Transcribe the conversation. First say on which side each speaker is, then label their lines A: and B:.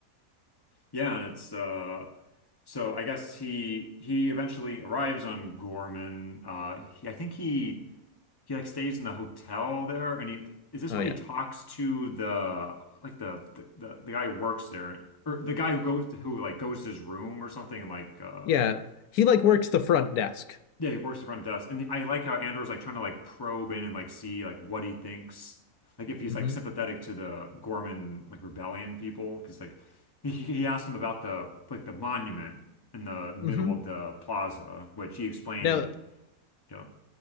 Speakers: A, on the left; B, on the left.
A: yeah, and it's uh, so I guess he he eventually arrives on Gorman. Uh, he, I think he he like stays in the hotel there, and he is this
B: Oh
A: when
B: yeah.
A: he talks to the like the the, the, the guy who works there or the guy who goes to, who like goes to his room or something and like uh,
B: Yeah, he like works the front desk.
A: Yeah, he works the front desk, and I like how Andor's like trying to like probe in and like see like what he thinks, like if he's
B: hmm
A: like sympathetic to the Gorman like rebellion people, because like he he asked him about the like the monument in the middle
B: hmm
A: of the plaza, which he explained,
B: Now
A: you know,